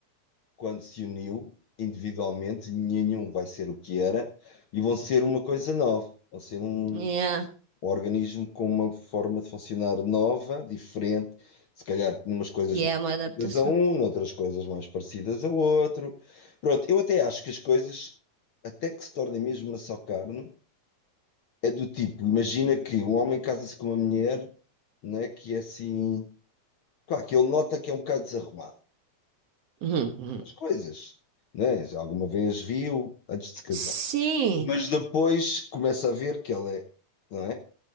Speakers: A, on the left (about 55°); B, on the right (about 60°).
A: quando se uniu individualmente, nenhum vai ser o que era, e vão ser uma coisa nova, vão ser um
B: Yeah.
A: um organismo com uma forma de funcionar nova, diferente, se calhar numas coisas
B: E
A: mais
B: é uma
A: parecidas
B: adaptação.
A: a um, noutras coisas mais parecidas a outro. Pronto, eu até acho que as coisas, até que se tornem mesmo uma só carne, é do tipo, imagina que um homem casa-se com uma mulher, né, que é assim, claro, que ele nota que é um bocado desarrumado,
B: Uhum, uhum.
A: as coisas, né, já alguma vez viu antes de se casar.
B: Sim.
A: Mas depois começa a ver que ela é, não é?